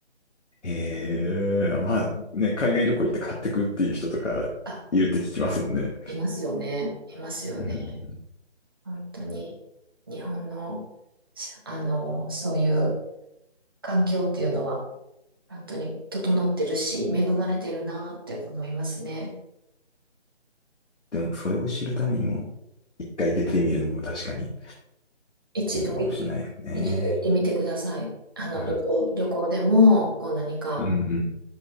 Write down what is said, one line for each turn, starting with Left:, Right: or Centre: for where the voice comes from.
Left: へえ。まあね、海外旅行行って買ってくっていう人とかいるって聞きますもんね。
Right: あ、いますよね。いますよね。
Left: うん。
Right: 本当に日本の、あの、そういう環境っていうのは本当に整ってるし、恵まれてるなって思いますね。
Left: でも、それを知るためにも、一回出てみるのも確かに
Right: 一度い、
Left: いいのかもしれないよね。
Right: い一度行ってみてください。あの、
Left: う
Right: 旅行、旅行でも、こう何か
Left: んうん。